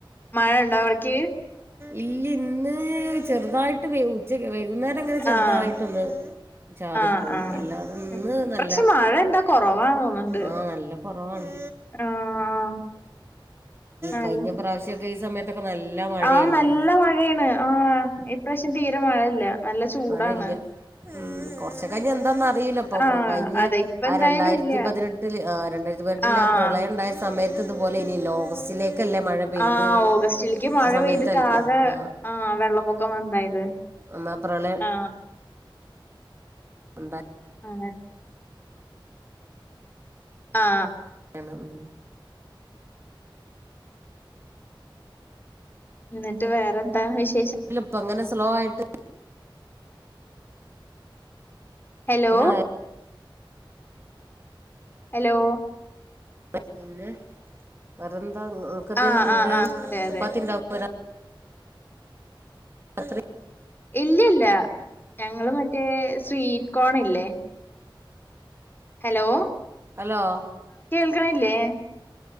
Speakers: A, on the left (about 25°); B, on the right (about 30°).
A: മഴ ഇണ്ടോ അവിട്ക്ക്
B: ഇല്ല ഇന്ന് ചെറു ചെർതായിട്ട് ഉച്ച വൈകുന്നേരങ്ങനെ ചെറുതായിട്ടൊന്ന്
A: ആഹ്,
B: ചാറിപ്പോയി
A: ആഹ്, ആഹ്.
B: എല്ലാതുംന്ന്
A: ഉം. ഇപ്രാവശ്യം
B: നല്ല
A: മഴ എന്താ കൊറവാന്ന് തോന്ന്ണ്ട്.
B: ആ നല്ല കുറവാണ്
A: ആഹ്. നൽ
B: കഴിഞ്ഞ പ്രാവശ്യ ഈ സമയത്ത് <inaudible> നല്ല മഴല്ലേ
A: ആഹ് നല്ല മഴയാണ്. ആഹ് ഇപ്രാവശ്യം തീരെ മഴയില്ല. നല്ല ചൂടാണ്.
B: മഴയില്ല ഉം കൊർച്ച് കഴിഞ്ഞന്താന്ന അറിയില്ല ഇ പ്പൊ
A: ആഹ്
B: കഴിഞ്ഞ
A: അതെ ഇപ്പ
B: ആ
A: എന്തായാലും
B: രണ്ടായിരത്തി
A: ഇല്ല.
B: പതിനെട്ടില് രണ്ടായിരത്തി പതിനെട്ടില്
A: ആഹ്
B: ആ പ്രളയം ഉണ്ടായ സമയത്ത് തുപോലെ ഇനി ഓഗസ്റ്റിലേക്കല്ല മഴ പെയ്ത്
A: ആ ഓഗസ്റ്റിൽക്ക് മഴ
B: ആ സമയത്തല്ലേ
A: പെയ്തിട്ടാകെ
B: ആഹ്
A: ആ വെള്ളപൊക്കം ഉണ്ടായത്
B: എന്നാ പ്രളയം
A: ആ
B: ഉണ്ട
A: എ ആ
B: ഉണ്ടായാണ് ഉം
A: എന്നിട്ട് വേറെന്താ വിശേ
B: ഇതിലിപ്പ അങ്ങനെ സ് സ്ലോ ആയിട്ട്
A: ഹലോ
B: ഇതിനായ
A: ഹലോ
B: പിന്നെ വേറന് <unintelligible> ങ്ങ ഇങ്ങക്ക് എന്തായിരുന്നു
A: ആഹ്
B: ഫുഡ്
A: ആഹ് ആഹ് അതെ
B: ചപ്പാത്തി
A: അതെ
B: <unintelligible> <unintelligible>
A: ഇല്ലല്ല ഞങ്ങള് മറ്റ് <unintelligible> സ്വീറ്റ് കോൺ ഇല്ലേ ഹലോ
B: ഹലോ
A: ക്കണില്ലേ?